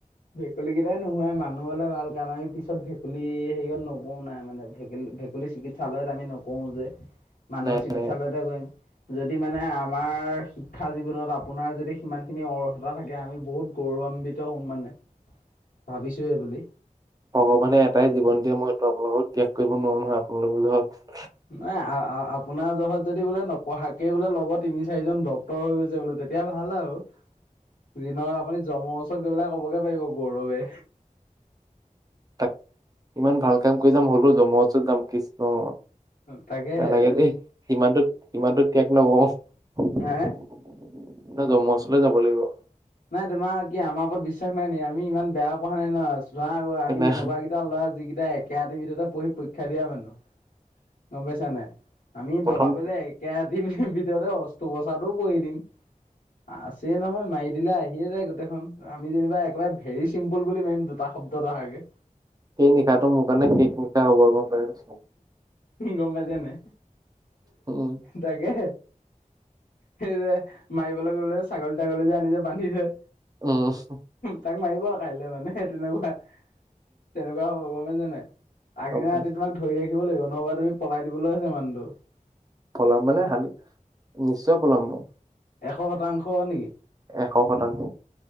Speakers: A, on the left; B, on the right.
A: <unintelligible> কেইটাই নোহোৱাই মানুহ হ'লে ভাল কাৰণ আমি পিছত ভেকুলী লী হেৰিয়ত নকৰোঁ নাই মানে ভেকে-ভেকুলী চিকিৎসালয়ত আমি নকৰোঁ যে মানুহৰ
B: নাই
A: চিকিৎসালয়তহে
B: নাই
A: কৰিম। যদি মানে আমাৰ শিক্ষা জীৱনত আপোনাৰ যদি সিমানখিনি অৰ্হতা থাকে আমি বহুত গৌৰৱ ৰাম্বিত হম মানে ভাবিছোঁ এই বুলি।
B: ভগৱানে এটাই জীৱন দিয়ে মই এইটো আপোনালোকক ত্যাগ কৰিব নোৱাৰোঁ নহয় আপোনালোকৰ
A: নাই আ-আ-আপোনাৰ জহত যদি বোলে নপঢ়াকে বোলে লগত তিনি চাৰিজন ডক্তৰ হৈ গৈছে বোলে তেতিয়া ভাল আৰু। দিনৰ আপুনি জমৰ ওচৰত গৈ পেলাই ক'বগে পাৰিব গৌৰৱে।
B: তাক ইমান ভাল কাম কৰি যাম হ'লও জম ওচৰত যাম, কৃষ্ণ।
A: তাকেহে
B: নালাগে, দেই সিমানটো সিমানটো ত্যাগ নকৰোঁ। না
A: হে
B: জমৰ ওচৰলৈ যাব লাগিব।
A: নাই তোমাৰ কি আমাৰ ওপৰত বিশ্বাস নাই নেকি আমি ইমান বেয়া পোৱা নাই নহয়, চোৱা আমি
B: নাই
A: এনেকুৱাকেইটা ল'ৰা যিক টা একেৰাতিৰ ভিতৰতে পঢ়ি পৰীক্ষা দিয়া মানুহ। গম পাইছা নাই? আমি
B: প্ৰথম
A: দৰকাৰ পৰিলে একে ৰাতি ভিতৰতে অস্ত্ৰোপচাটো কৰি দিম আছেই নহয় মাই দিলে আহিয়ে যায় গোটেইখন আমি যেনিবা একেবাৰে ভেৰি চিম্পুল বুলি মাৰিম দুটা শব্দত আহা কে।
B: সেই নিশাটো মোৰ কাৰণে শেষ নিশা হ'ব। গম পাইনে?
A: গম পাইছে নে নাই,,,
B: উম,
A: তাকে। সেই যে মাৰিবলৈ গলে ছাগলী তাগলী যে আনি যে বান্ধি থৈ।
B: উম,
A: তাক মাৰিব আৰু কাইলৈ মানে তেনেকুৱা। তেনেকুৱা হ'ব গম পাইছে নাই। আগদিনা
B: গম পাইছো
A: ৰাতি তোমাক ধৰি ৰাখিব লাগিব। নহ'বা তুমি পলাই দিবলৈ আছে মানুহটো।
B: পলাম মানে নিশ্চয় পলাম মই।
A: এশ শতাংশ নেকি?
B: এশ শতাংশ।